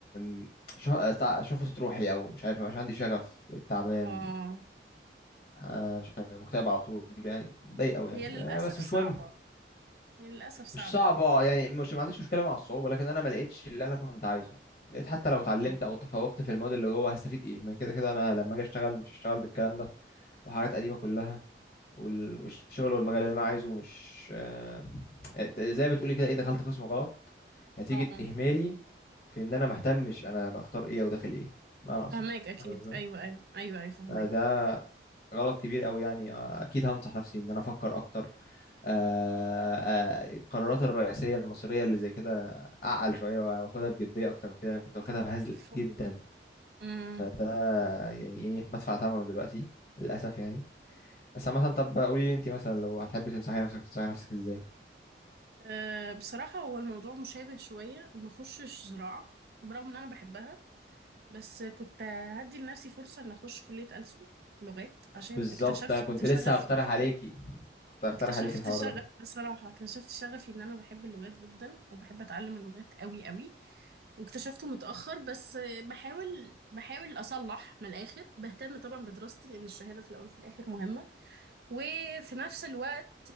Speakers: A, on the left; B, on the right.
A: بي... شه... تع- شفت روحي او مش عارف مش عندي شغف تعبان
B: اه
A: آه، مش عارف، مكتئب على طول يعني ضايق قوي
B: هي
A: يعني
B: للأسف
A: آه، بس
B: صعبة
A: مش مهم
B: هي للأسف صعبة
A: مش صعبه
B: اه
A: يعني مش ما عنديش مشكله مع الصعوبه لكن انا ما لقيتش اللي انا كنت عايزه لقيت حتى لو اتعلمت
B: آه.
A: او تفوقت في الماضي اللي جوه هستفيد ايه ما كده كده انا لما اجي اشتغل مش هشتغل بالكلام ده وحاجات قديمه كلها وال- والشغل والمجال اللي انا عايزه مش آه، آه، زي ما بتقولي كده ايه دخلت قسم غلط نتيجة
B: اه اه
A: إهمالي في إن أنا مهتمش أنا بختار إيه أو داخل إيه بمعنى أصح
B: فهماك اكيد
A: فاهم إزاي؟
B: ايوه ايوه ايوه ايوه فهماك
A: آه، ده غلط كبير أوي يعني آه، أكيد هنصح نفسي إن أنا أفكر أكتر آه، آه، القرارات الرئيسية المصيرية اللي زي كده أعقل شوية وآخدها بجدية أكتر من كده أنا كنت واخدها بهزل
B: الفول
A: جدا
B: امم
A: فده يعني إيه بدفع ثمنه دلوقتي للأسف يعني بس مثلا طب قولي لي أنت مثلا لو هتحبي تنصحي نفسك تنصحي نفسك إزاي؟
B: أه بصراحه هو الموضوع مشابه شويه ما اخشش زراعه برغم ان انا بحبها بس كنت هدي لنفسي فرصه ان اخش كليه ألسن لغات عشان
A: بالظبط
B: اكتشفت
A: أنا كنت
B: شغفي
A: لسه هقترح عليكي كنت هقترح
B: اكتشفت
A: عليكي الحوار
B: شغف
A: ده
B: بصراحه اكتشفت شغفي ان انا بحب اللغات جدا وبحب اتعلم اللغات قوي قوي واكتشفته متاخر بس بحاول بحاول اصلح من الاخر بهتم طبعا بدراستي لان الشهاده في الاول وفي الاخر مهمه وفي نفس الوقت